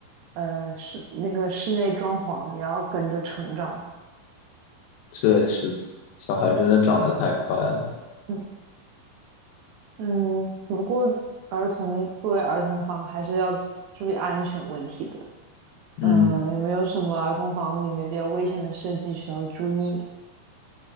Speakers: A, on the right; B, on the left.
A: 呃室那个室内装潢也要跟着成长。
B: 这也是的，小孩真的长得太快了。
A: 嗯。嗯，不过儿童作为儿童房还是要注意安全问题的。嗯，
B: 嗯
A: 有没有什么儿童房里面比较危险的设计需要注意的？